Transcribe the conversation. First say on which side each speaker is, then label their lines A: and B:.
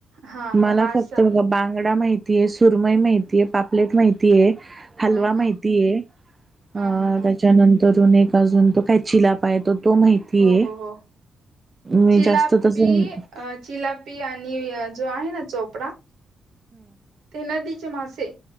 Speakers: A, on the right (about 75°); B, on the right (about 25°).
A: हा
B: मला
A: मग बासा
B: फक्त बघा बांगडा माहि तीय, सुरमई माहितीेयं, पापलेट माहितीेयं, हलवा
A: हा
B: माहितीय
A: हा
B: अ
A: हा हा हा
B: त्याच्यानंतरुन एक. अजून तो काय चिलाप आहे तो. माहितीये.
A: हो हो हो
B: मी
A: चिलापी
B: जास्त तस हम्म
A: अ चिलाप. पि आणि जो आहे ना चोपडा. ते नदीचे मासे